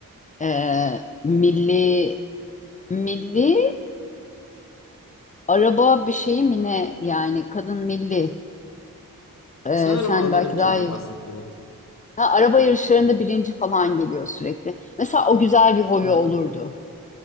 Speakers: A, on the left (about 20°); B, on the left (about 50°).
A: E, milli, milli araba bir şeyi mi ne? Yani kadın milli. Ee,
B: Sanırım
A: sen
B: anladım
A: belki
B: kimden
A: daha iyi
B: bahsettiğini.
A: Ha, araba yarışlarında birinci falan geliyor sürekli. Mesela o güzel bir hobi
B: Anladım.
A: olurdu.